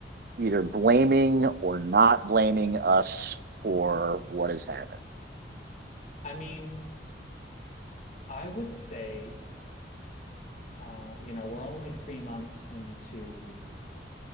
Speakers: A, on the right; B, on the left.
A: either blaming or not blaming us for what has happened?
B: I mean, I would say, uh, you know, we're only three months into